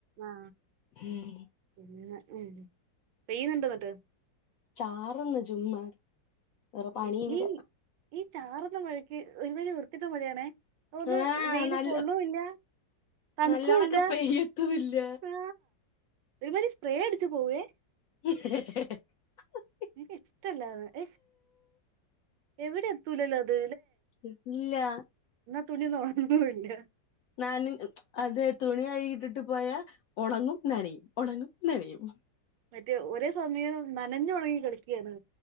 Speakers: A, on the right; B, on the left.
A: ആ
B: ഉം
A: പിന്ന ഉം പെയ്യുന്നുണ്ടോ എന്നട്ട്
B: ചാറുന്ന ചുമ്മാ വേറെ
A: ഉം
B: പണിയില്ല
A: ഈ ഈ ചാർന്ന മഴയ്ക്ക് ഒരു മാതിരി വൃത്തികെട്ട മഴയാണേ ഒന്ന്
B: ആഹ്
A: വെയില്
B: നല്ല
A: കൊള്ളുല്ല തണുക്കൂല്ല
B: നല്ലോണൊക്കെ പെയ്യത്തുല്ല
A: ആ ഒരു മാതിരി സ്പ്രേ അടിച്ചു പോവേ
B: <unintelligible>
A: എനിക്ക ഇഷ്ടല്ലാ <inaudible> എവിടെ എത്തൂലല്ലോ അത്
B: ഇല്ല
A: തുണി ഒന്ന് ഉണങ്ങൂല
B: നാന അതെ തുണി കഴികിട്ടിട്ട് പോയാ ഉണങ്ങും നനയും ഉണങ്ങും നനയും
A: മറ്റേ ഒരേ സമയം നനഞ്ഞ ഉണങ്ങി കളിക്കുകയാണ്